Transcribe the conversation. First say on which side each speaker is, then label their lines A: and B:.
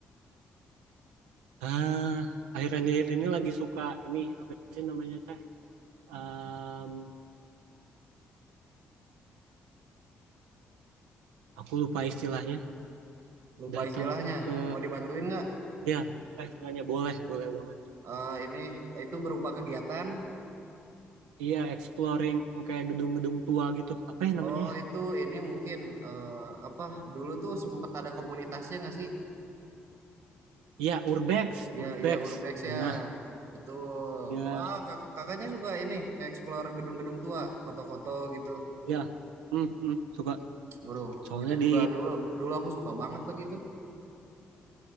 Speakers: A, on the right; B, on the right.
A: Ah, akhir-akhir ini lagi suka ini, apa sih namanya teh? Em, aku lupa istilahnya.
B: Lupa
A: Datang
B: istilahnya.
A: ke,
B: Mau dibantuin nggak?
A: ya, istilahnya boleh, boleh banget.
B: Eh ini itu berupa kegiatan.
A: Iya, exploring kayak gedung-gedung tua gitu. Apa ya namanya
B: Oh
A: ya?
B: itu ini mungkin eh, apa? Dulu tuh sempet ada komunitasnya nggak sih?
A: Iya, urbex,
B: Iya
A: urbex.
B: iya Urbex ya.
A: Nah,
B: Betul.
A: ya,
B: Wah kak- kakaknya suka ini nge-explore gedung-gedung tua, foto-foto gitu.
A: ya, Hmm, hmm, suka.
B: Waduh,
A: Soalnya
B: itu
A: di
B: juga dulu dulu aku suka banget lagi itu.